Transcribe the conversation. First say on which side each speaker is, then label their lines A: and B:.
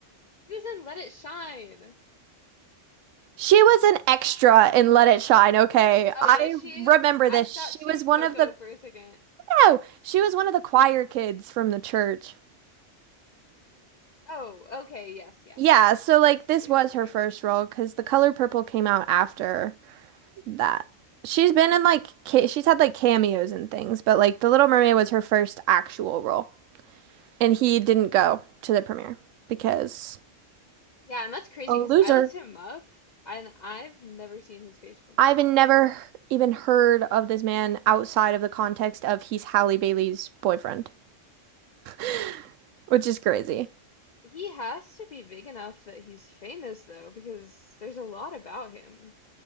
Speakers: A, on the left; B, on the right.
A: She was in Let It Shine.
B: She was an extra in Let It Shine, okay.
A: Oh,
B: I
A: was she?
B: remember
A: I
B: this.
A: thought
B: She
A: she
B: was
A: was
B: one
A: Coco
B: of the
A: for a second.
B: no, she was one of the choir kids from the church.
A: Oh, okay. Yes, yes,
B: Yeah,
A: yes.
B: so like
A: I see,
B: this was
A: I see.
B: her first role because The Color Purple came out after that. She's been in like ca she's had like cameos and things, but like The Little Mermaid was her first actual role. And he didn't go to the premiere because
A: Yeah, and that's crazy
B: A loser.
A: because I looked him up and I've never seen his face before.
B: I've never even heard of this man outside of the context of he's Halle Bailey's boyfriend, <laughs> which is crazy.
A: He has to be big enough that he's famous though, because there's a lot about him.